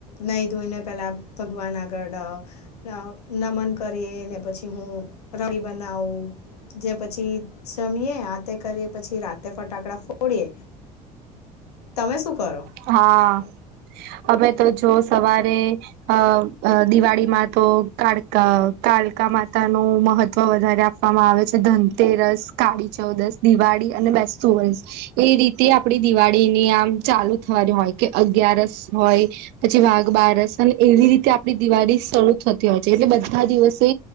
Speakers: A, on the left; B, on the right.
A: નઈ ધોઈને પેલાં ભગવાન આગળ અ નમન કરીએ ને પછી હું રડી બનાવું. જે પછી જમીએે આ તે કરીએ પછી રા તે ફટાકડા ફોડીએ. તમે શું કરો?
B: હા અમે તો જો સવારે અ દિવાળીમાં તો કાળકા કાળકા માતા નું મહત્વ વધારે આપવામાં આવે છે ધનતેરસ કાળી ચૌદસ દિવાળી અને બેસુ વસ એ રીતે આપડી દિવાળીની આમ ચાલુ થવાની હોય કે અગિયારસ હોય પછી વાઘ બારસ અને એવી રીતે આપણી દિવાળી શરૂ થતી હોય છે એટલે બધા દિવસે